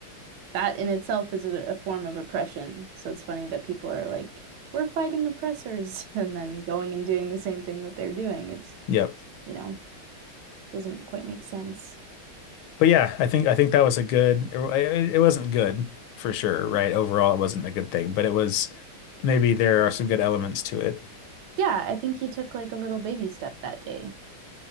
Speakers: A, on the right (about 80°); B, on the left (about 75°).
A: that in itself is a, a form of oppression. So it's funny that people are like, we're fighting oppressors, <laughs> and then going and doing the same thing that they're doing. It's,
B: yep
A: you know, doesn't quite make sense.
B: but yeah I think I think that was a good it, it wasn't good for sure right overall it wasn't a good thing but it was maybe there are some good elements to it
A: Yeah, I think he took like a little baby step that day.